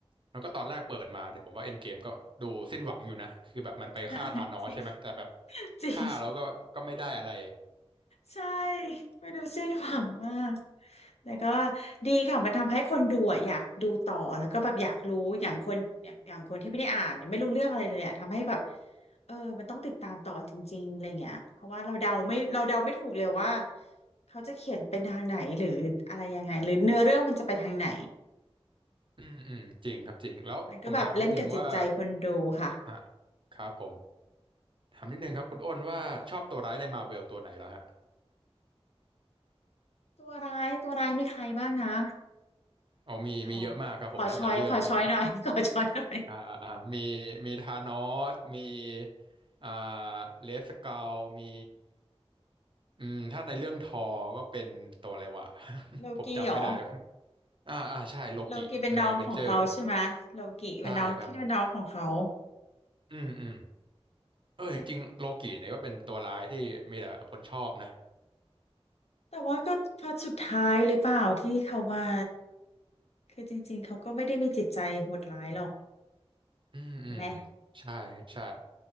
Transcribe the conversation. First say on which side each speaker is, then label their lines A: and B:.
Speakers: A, on the right; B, on the left.
A: แล้วก็ตอนแรกเปิดมาเนี่ยผมว่าเอ็นเกมก็ดูสิ้นหวังอยู่นะคือแบบมันไปฆ่าธานอสใช่ไหมแต่แบบ
B: <laughs> จริง
A: ฆ่าแล้วก็ก็ไม่ได้อะไร
B: ใช่ไม่ดูสิ้นหวังมากแต่ก็ดีค่ะมันทำให้คนดูอะอยากดูต่อแล้วก็แบบอยากรู้อย่างคนอย่างอย่างคนที่ไม่ได้อ่านเนี่ยไม่รู้เรื่องอะไรเลยอะทำให้แบบเออมันต้องติดตามต่อจริงๆอะไรเงี้ยเพราะว่าเราเดาไม่เราเดาไม่ถูกเลยว่าเขาจะเขียนเป็นทางไหนหรืออะไรยังไงหรือเนื้อเรื่องมันจะไปทางไหน
A: อืมอืมจริงครับจริงแล้วผมถามนิดนึงว่า
B: มันก็แบบเล่นกับจิตใจคนดูค่ะ
A: อ่ะครับผมถามนิดนึงครับคุณอ้นว่าชอบตัวร้ายในมาร์เวลตัวไหนแล้วฮะ
B: ตัวร้ายตัวร้ายมีใครบ้างนะ
A: อ๋อมีมีเยอะมากครับผมแล้วแต่เรื่องเลย
B: ขอขอช้อยขอช้อยหน่อย <laughs> ขอช้อยหน่อย
A: อ่าอ่ามีมีธานอสมีอ่าเลสเกลมีอืมถ้าในเรื่องทอก็เป็นตัวอะไรวะ <laughs>
B: โลกี้เหรอ
A: ผมจำไม่ได้ อ่าอ่าใช่โลกิในอเวนเจอร์
B: โลกิเป็นน้องของเขาใช่ไหมโลกิเป็นน้องที่เป็นน้องของเขา
A: ใช่ครับอืมอืมเออจริงๆโลกิเนี่ยก็เป็นตัวร้ายที่มีแต่คนชอบนะ
B: แต่ว่าก็พอสุดท้ายหรือเปล่าที่เขามาคือจริงๆเขาก็ไม่ได้มีจิตใจโหดร้ายหรอก
A: อืมอืม
B: แม่
A: ใช่ใช่